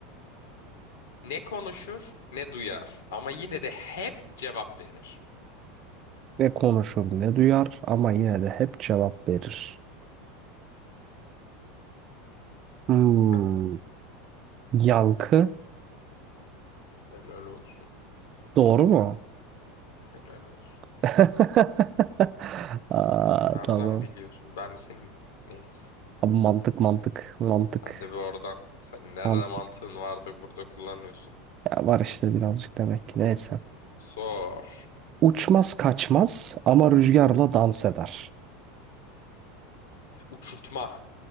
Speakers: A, on the left; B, on the right.
A: Ne konuşur ne duyar ama yine de hep cevap verir.
B: Ne konuşur, ne duyar ama yine de hep cevap verir. Hmm.
A: Bak
B: Yankı.
A: helal olsun.
B: Doğru mu?
A: Helal olsun.
B: <laughs> Aa,
A: Nereden
B: tamam.
A: biliyorsun? Ben senin neyse.
B: Abi mantık, mantık, mantık.
A: Hadi bir oradan. Sen nerede
B: Mantık
A: mantığın vardı burada kullanıyorsun.
B: Ya var işte birazcık demek ki. Neyse.
A: Sor.
B: Uçmaz kaçmaz ama rüzgarla dans eder.
A: Uçurtma.